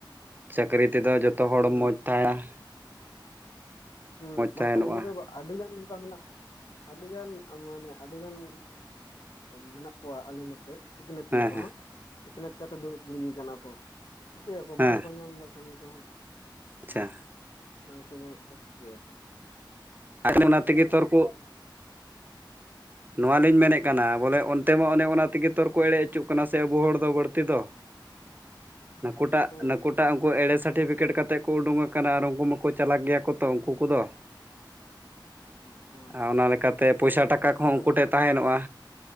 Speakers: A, on the right (about 25°); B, on the left (about 60°).
A: ᱪᱟᱹᱠᱨᱤ ᱛᱮᱫᱚ ᱡᱚᱛᱚᱦ ᱦᱚᱲ
B: ᱦᱩᱸ
A: ᱢᱚᱸᱡᱽ ᱛᱟᱦᱮᱱᱟᱼᱼ
B: ᱦᱮᱸ ᱵᱟᱝᱠᱷᱟᱱ
A: ᱛᱟᱦᱮᱱᱚᱜᱼᱟ
B: ᱤᱱᱟ ᱫᱚ ᱟᱹᱰᱤᱜᱟᱱ ᱚᱱᱠᱟ ᱢᱮᱱᱟᱜᱼᱟᱼᱼ ᱟᱹᱰᱤ ᱜᱟᱱ ᱢᱟᱱᱮ ᱟᱹᱰᱤ ᱜᱟᱱ ᱢᱮᱱᱟᱜ ᱠᱚᱣᱟ ᱟᱞᱮ ᱱᱚᱛᱮ᱾ ᱥᱤᱠᱷᱱᱟᱹᱛᱤᱭᱟᱹ
A: ᱦᱮᱸ
B: ᱠᱚᱦᱚᱸ
A: ᱦᱮᱸ
B: ᱥᱤᱠᱷᱱᱟᱹᱛ ᱠᱟᱛᱮ ᱫᱩᱲᱩᱵ ᱜᱤᱰᱤᱭᱟ ᱠᱟᱱᱟ ᱠᱚ ᱪᱤᱠᱟᱹᱭᱟᱠᱚ
A: ᱦᱮᱸ
B: ᱵᱟᱝᱠᱚ ᱧᱟᱢ ᱮᱫᱟ, ᱠᱟᱹᱢᱤ ᱠᱚᱦᱚᱸ᱾
A: ᱟᱪᱪᱷᱟ᱾
B: ᱦᱮᱸ ᱵᱟᱝᱠᱚ ᱧᱟᱢᱮᱫ ᱠᱷᱟᱱ ᱪᱤᱠᱟᱹᱭᱟ ᱠᱚ,
A: <inaudible> ᱚᱱᱟ ᱛᱮᱜᱮ ᱛᱚᱨ ᱠᱚ ᱱᱚᱣᱟ ᱞᱤᱧ ᱢᱮᱱᱮᱫ
B: ᱦᱮᱸ
A: ᱠᱟᱱᱟ ᱵᱚᱞᱮᱼᱼ ᱛᱮᱢᱟ ᱚᱱᱮ ᱚᱱᱟ ᱛᱮᱜᱮ ᱛᱚᱨᱠᱚ ᱮᱲᱮ ᱦᱚᱪᱚᱜ ᱠᱟᱱᱟ ᱥᱮ ᱟᱵᱚ ᱦᱚᱲ ᱫᱚ ᱵᱟᱹᱲᱛᱤ ᱫᱚ᱾ ᱱᱩᱠᱩᱴᱟᱜ
B: ᱦᱮᱸ
A: ᱱᱩᱠᱩᱴᱟᱜ ᱩᱱᱠᱩ ᱮᱲᱮ ᱥᱟᱴᱤᱯᱷᱤᱠᱮᱴᱼ ᱠᱟᱛᱮ ᱠᱚ ᱩᱰᱩᱝ ᱟᱠᱟᱱᱟ ᱟᱨ ᱩᱱᱠᱩ ᱢᱟᱠᱚ ᱪᱟᱞᱟᱠ ᱜᱮᱭᱟ ᱠᱚ ᱛᱚ ᱩᱱᱠᱩ ᱠᱚᱫᱚ᱾
B: ᱦᱮᱸ ᱦᱮᱸ
A: ᱚᱱᱟ ᱞᱮᱠᱟᱛᱮ ᱯᱚᱭᱥᱟ ᱴᱟᱠᱟ
B: ᱟᱫᱚ
A: ᱠᱚᱦᱚᱸ
B: ᱠᱚ ᱵᱚᱞᱚ
A: ᱩᱱᱠᱩ ᱴᱷᱮᱱ ᱛᱟᱦᱮᱱᱚᱜᱼᱟ